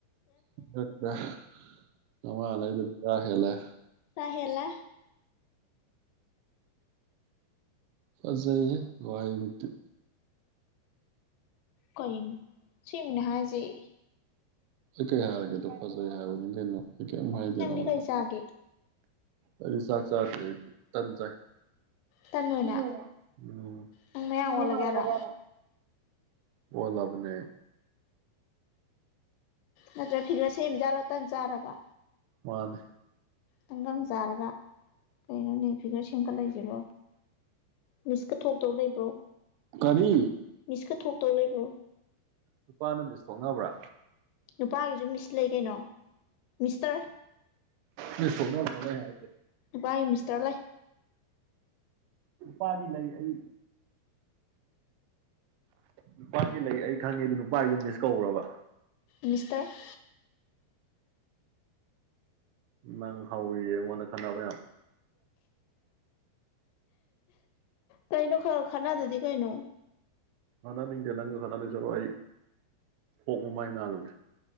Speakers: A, on the right; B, on the left.
A: <unintelligible> ꯑꯃꯥ ꯂꯩꯕꯗ ꯍꯦꯜꯂꯦ
B: ꯇ ꯍꯦꯜꯂ‌ꯦ
A: ꯐꯖꯩ ꯍ‌ꯦ ꯋꯥꯍꯩ ꯗꯨꯗꯤ
B: ꯀꯩꯅ‌ꯣ ꯁ‌ꯦꯡꯕꯥ ꯍꯥꯏꯖ‌ꯦ
A: ꯑꯩ ꯀꯩ ꯍꯥꯏꯔꯒꯦꯗꯣ ꯐꯖꯩ ꯍꯥꯏꯕꯅꯤ ꯀꯩꯅꯣ ꯑꯩ ꯀꯩꯌꯝ ꯍꯥꯏꯗꯦ
B: ꯅꯪꯗꯤ
A: ꯅꯪꯉꯣꯟꯗꯥ
B: ꯀꯩ ꯆꯥꯒꯦ
A: ꯑꯩ ꯆꯥꯛ ꯆꯥꯗꯔ‌ꯦ ꯑꯩꯗꯤ ꯇꯟ ꯆꯥꯏ <unintelligible>
B: ꯇꯟ ꯑꯣꯏꯅ
A: ꯎꯝ
B: ꯅꯪ ꯃꯌꯥꯡ ꯑꯣꯜꯂꯒꯦ
A: <unintelligible>
B: ꯍꯥꯏꯔꯣ
A: ꯑꯣꯜꯂꯥ ꯕꯅꯦ
B: ꯅꯠꯇ꯭ꯔ ꯐꯤꯒꯔ ꯁꯦꯝꯃꯤ ꯖꯥꯠꯂ‌ꯣ ꯇꯟ ꯆꯥꯔꯒ
A: ꯃꯥꯅꯦ
B: ꯇꯪꯒꯪ ꯆꯥꯔꯒ ꯀꯩꯅꯣꯅꯦ ꯐꯤꯒꯔ ꯁꯦꯝꯒꯠ ꯂꯛꯏꯁꯤꯕꯣ ꯃꯤꯁ ꯀꯥ ꯊꯣꯛꯇꯧ ꯂꯩꯕ꯭ꯔꯣ
A: ꯀꯔꯤ
B: ꯃꯤꯁ ꯀꯥ ꯊꯣꯛꯇꯧ ꯂꯩꯕ꯭ꯔꯣ
A: ꯅꯨꯨꯄꯥꯅ ꯃꯤꯁ ꯊꯣꯛꯅꯕ꯭ꯔꯥ
B: ꯅꯨꯄꯥꯒꯤꯖꯨ ꯃꯤꯁ ꯂꯩ ꯀꯩꯅꯣ ꯃꯤꯁꯇꯔ
A: ꯃꯤꯁ ꯊ‌ꯣꯛꯅꯕꯔꯕꯥ ꯑꯩ ꯍꯥꯖ‌ꯦ
B: ꯅꯨꯄꯥꯏ ꯃꯤꯁꯇꯔ ꯂꯩ
A: ꯅꯨꯄꯥꯒꯤ ꯂꯩ ꯑꯩ ꯅꯨꯄꯥꯒꯤ ꯂꯩ ꯑꯩ ꯈꯪꯉꯦ ꯑꯗꯨ ꯅꯨꯄꯥꯒꯤꯗꯤ ꯃꯤꯁ ꯀꯧꯕꯔꯕꯥ
B: ꯃꯤꯁꯇꯔ
A: ꯅꯪ ꯍꯧꯔꯤꯌ‌ꯦ ꯑꯩꯉꯣꯟꯗ ꯈꯟꯅꯕ ꯌꯥꯝ
B: ꯀꯩꯅ‌ꯣ ꯈ ꯈ ꯈꯅꯗꯗꯤ ꯀꯩꯅ‌ꯣ
A: ꯈꯅꯥꯅꯤꯡꯗꯦ ꯅꯪꯒ ꯈꯅꯗ‌ꯣꯏ ꯁꯔꯨꯛ ꯑꯩ ꯑ‌ꯣꯛ ꯃꯃꯥꯏ ꯅꯥꯜꯂꯨꯒꯦ